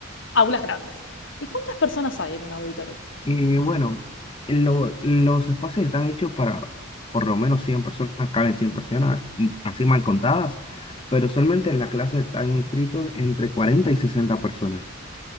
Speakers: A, on the left (about 60°); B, on the left (about 25°).
A: aulas grandes. ¿Y cuántas personas hay en un auditorio?
B: Y bueno, lo- los espacios están hechos para por lo menos 100 personas, caben 100 personas, y así mal contadas, pero solamente en la clase están inscritos entre 40 y 60 personas.